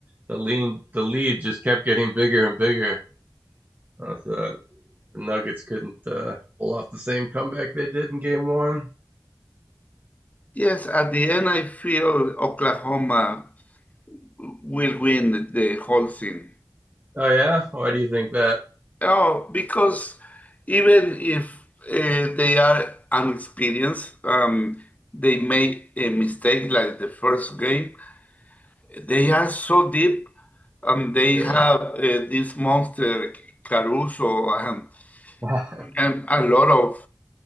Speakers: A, on the right; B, on the left.
A: the lead the lead just kept getting bigger and bigger uh, so the nuggets couldn't uh, pull off the same comeback they did in game one.
B: Yes, at the end, I feel Oklahoma will win the whole thing.
A: Oh yeah why do you think that
B: Oh, because even if uh, they are inexperienced, um, they made a mistake like the first game. They are so deep, and they
A: yeah
B: have uh, this monster Caruso and,
A: <laughs>
B: and a lot of